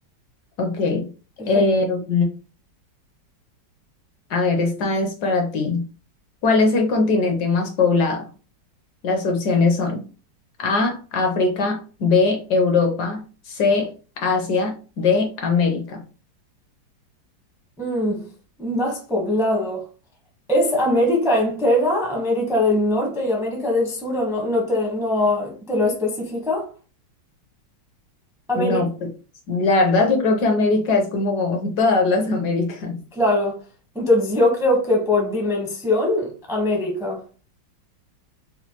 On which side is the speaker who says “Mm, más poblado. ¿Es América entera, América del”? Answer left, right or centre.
Centre